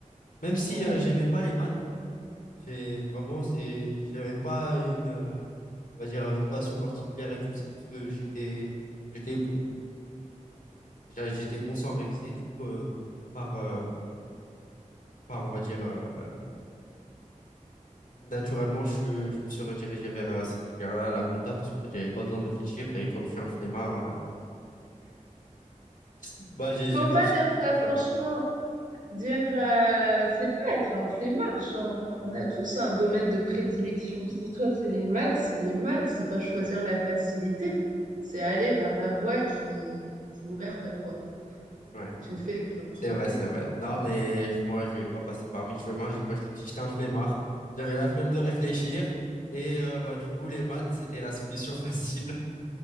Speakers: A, on the left; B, on the right.
A: Même si
B: Ouais.
A: euh, j'aimais pas les maths, j'ai vraiment, c'est, j'avais pas une, euh, on va dire, une passion particulière et tout. C'est juste que j'étais, j'étais bon. J'a- J'étais bon sans réviser. Du coup, euh, par, euh, par, on va dire, euh, euh, naturellement, je, suis- je me suis redirigé vers euh, cette filière-là, la compta, parce qu'en fait, j'avais pas besoin de réfléchir. Et comme je suis un flemmard, euh, <laughs> bah, j'ai, j'ai
B: Faut
A: poursuivi
B: pas dire ça,
A: tout ça.
B: franchement. Dire, euh, c'est pas être un flemmard, genre, on a tous un domaine de prédilection. Si toi, c'est les maths, c'est les maths, c'est pas choisir la facilité, c'est aller vers la voie qui, qui est ouverte à toi.
A: Ouais.
B: Tu ne fais que l'emprunter.
A: C'est vrai, c'est vrai. Non, mais je- moi, je vais pas passer par mille chemins. J'ai, quand j'étais petit, j'étais un flemmard. J'avais la flemme de réfléchir. Et euh, bah, du coup, les maths, c'était la solution <laughs> facile.